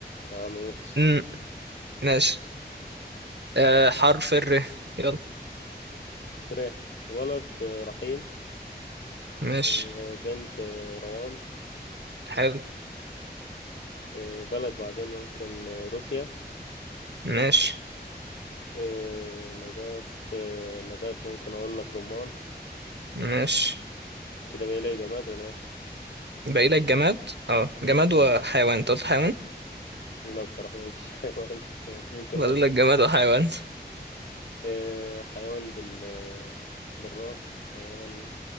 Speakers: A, on the left; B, on the right.
A: يا عم ماشي
B: مم. ماشي آه حرف الر يلا
A: تراه ولد آه، رحيم
B: ماشي
A: آه، بنت آه، روان
B: حلو
A: آه، بلد بعدين ممكن آه، روسيا
B: ماشي
A: إيه نبات آه، نبات ممكن اقول لك رمان
B: ماشي
A: كده بقى لي جماد ولا ايه
B: باقي لك جماد اه جماد وحيوان انت قلت حيوان
A: لا بصراحة ما قلتش <laughs> حيوان ممكن
B: باقي
A: اقول
B: لك
A: لك
B: جماد وحيوان
A: إيه حيوان بال بالراء حيوان